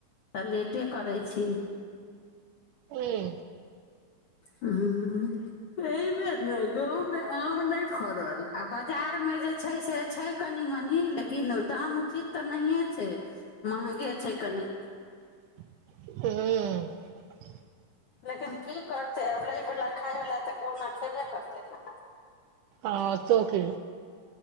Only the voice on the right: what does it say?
हुं।
हूं।
आ तो की